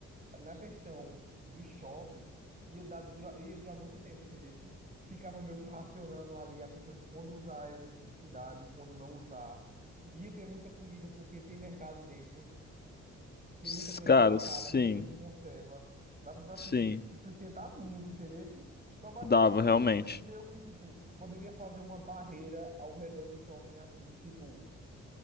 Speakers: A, on the right; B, on the left.
A: na questão dos shoppings, ia dar, dura, ia durar muito tempo, entendesse? Ficava meio que racionando ali a questão de quando usar a eletricidade e quando não usar. Ia ter muita comida porque tem mercado dentro, tem
B: S-
A: muita coisa
B: Cara,
A: enlatada,
B: sim,
A: muita coisa em conserva. Dava pra,
B: sim.
A: tipo, se sustentar muito, entendesse? Só bastava
B: Dava,
A: não
B: realmente.
A: meio que, tipo, poderia fazer uma barreira ao redor do shopping assim, de tipo